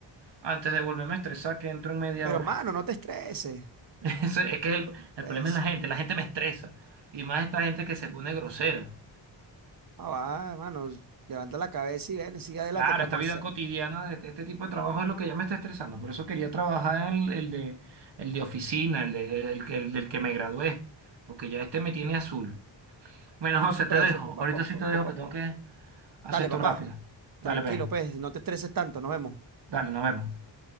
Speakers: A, on the right (about 65°); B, on the right (about 45°).
A: antes de volverme a estresar, que entro en media
B: pero
A: hora.
B: mano, no te estreses.
A: <laughs> Eso Es que el, el
B: es-
A: problema es la gente. La gente me estresa. Y más esta gente que se pone grosera.
B: Ah, va, hermano, levanta la cabeza y ven, sigue adelante,
A: Claro,
B: ¿qué vamos
A: esta vida
B: a
A: cotidiana
B: hacer?
A: de este este tipo de trabajo es lo que ya me está estresando. Por eso quería trabajar en el, el de, el de oficina, el, de, el, el que- el del que me gradué. Porque ya este me tiene azul. Bueno, José, te
B: Pero
A: dejo.
B: eso es poco
A: Ahorita
B: a poco,
A: sí te dejo
B: poco
A: que
B: a
A: tengo
B: poco.
A: que hacer
B: Dale,
A: esto
B: papá,
A: rápido. Dale,
B: tranquilo,
A: pues.
B: pues, no te estreses tanto, nos vemos.
A: Dale, nos vemos.